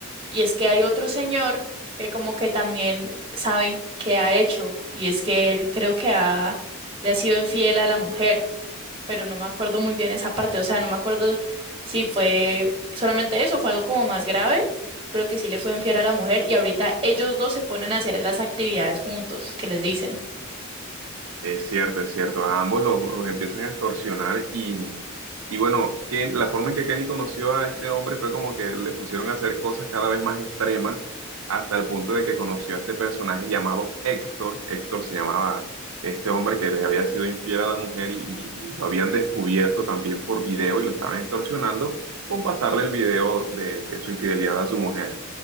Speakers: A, on the right; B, on the right.
A: Y es que hay otro señor que como que también saben qué ha hecho. Y es que él creo que ha, le ha sido infiel a la mujer pero no me acuerdo muy bien esa parte, o sea, no me acuerdo si fue solamente eso, fue algo como más grave, pero que sí le fue infiel a la mujer y ahorita ellos dos se ponen a hacer las actividades juntos, que les dicen.
B: Es cierto, es cierto. A ambos los, los empiezan a extorsionar y, y bueno, Ken- la forma en que Kenny conoció a este hombre fue como que le pusieron a hacer cosas cada vez más extremas hasta el punto de que conoció a este personaje llamado Héctor. Héctor se llamaba este hombre que le había sido infiel a la mujer y, y- y lo habían descubierto también por video y lo estaban extorsionando con pasarle el video de, de su infidelidad a su mujer.